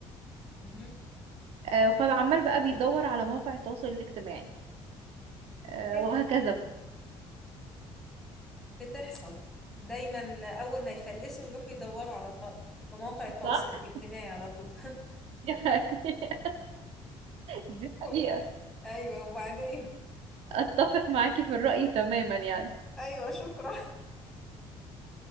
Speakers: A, in the centre; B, on the right.
A: مم.
B: آه، فعمال بقى بيدور على مواقع التواصل الاجتماعي آه،
A: حلو.
B: وهكذا بقى،
A: بتحصل دايما اول ما يفلسوا يروحوا يدوروا على الط... في مواقع التواصل
B: صح؟
A: الاجتماعي على طول
B: <laughs> دي حقيقة دي
A: <laughs>
B: حقيقة.
A: ايوه وبعدين
B: اتفق معاكي في الرأي تماما يعني
A: ايوه شكرا